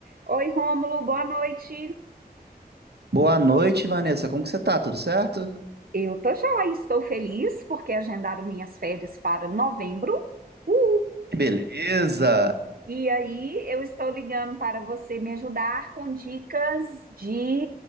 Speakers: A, on the right (about 60°); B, on the right (about 85°).
A: Oi, Rômulo, boa noite.
B: Boa noite, Vanessa. Como que você tá? Tudo certo?
A: Eu tô joia, estou feliz porque agendaram minhas férias para novembro. Uhul.
B: Beleza!
A: E aí, eu estou ligando para você me ajudar com dicas de